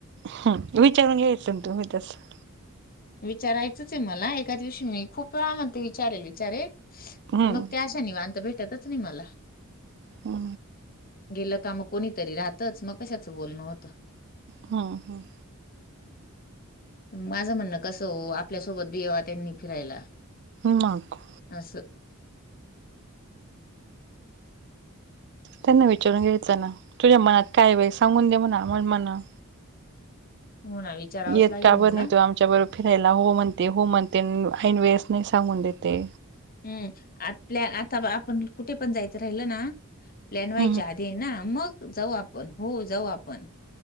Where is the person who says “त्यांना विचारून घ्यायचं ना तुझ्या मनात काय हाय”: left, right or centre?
Right